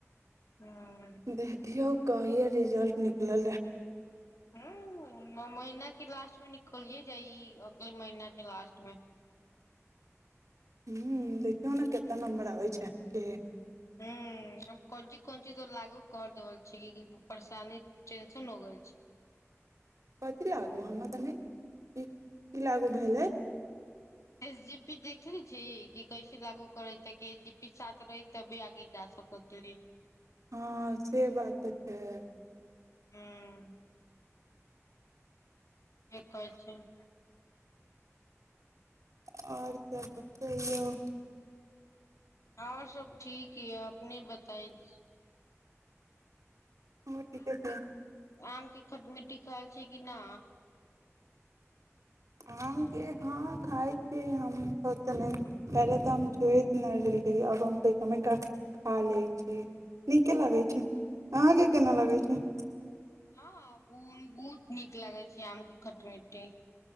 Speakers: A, on the left; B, on the right.
A: हूँ
B: दखियो। कहिआ रिजल्ट निकलल हइ।
A: ह महिना के लास्टमे निकलिये जाइ, अगले महीना के लास्ट मे।
B: हूँ देखियौ ने केतना नम्बर आबै छैय अहां के।
A: हूँ कोन चीज कोन चीज तो लागू कर देल छैय परेशानी टेंशन हो गेल छैय।
B: कथी लागू हमरा ते नै क की लागू भेलै?
A: एस जी पी देखली छी, कि कैसे लागू करै, ताकि एस जी पी साथ रहै तभी आगे जा सकते
B: हँ से बात तऽ छैय।
A: हूँ। जे कहै छैय।
B: आ और सभ बतैयौ।
A: और सब ठीक ये अपने बताई।
B: हमर ठीके
A: आम
B: छै
A: की आम की खट मिट्ठी खाई छी कि ना।
B: आमके हँ खाइ छी हम त त नहि पहिले तऽ हम छुयेत नै रहलियै आब हम तऽ कनिटा खा लैत छी नीके लागै छैय अहाँके केना लगै छैय।
A: हँ बहुत नीक लागै छैय आमके खट मिट्ठी।